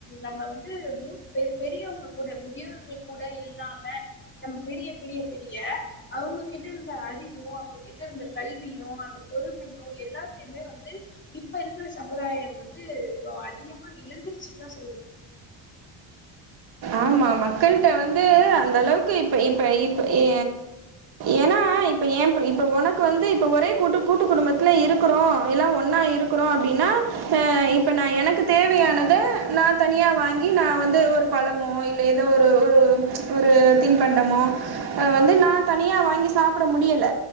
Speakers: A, on the left (about 25°); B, on the right (about 55°).
A: நம்ம வந்து மு பெ பெரியவங்க கூட முதியவர்கள் கூட இல்லாம நம்ம பிரிய பிரிய பிரிய அவங்ககிட்ட இருந்த அறிவு, அவங்ககிட்ட இருந்த கல்வியு, அந்த பொறுமையு எல்லாத்தையுமே வந்து இப்ப இருக்கிற சமுதாயம் வந்து ரொ அதிகமா இழந்துருச்சுனுதா சொல்லுனு
B: ஆமா மக்கள்ட்ட வந்து அந்த அளவுக்கு இப்ப இப்ப இப்ப ஏ ஏன்னா இப்ப ஏ ப்ப இப்ப ஒனக்கு வந்து இப்ப ஒரே கூட்டு கூட்டு குடும்பத்துல இருக்குறோ எல்லா ஒன்னா இருக்குறோ அப்படின்னா அ இப்ப நா எனக்கு தேவையானத நா தனியா வாங்கி நா வந்து ஒரு பழ மோ இல்ல ஏதோ ஒரு ஒரு ஒரு தின்பண்டமோ அ வந்து நா தனியா வாங்கி சாப்ட முடியல,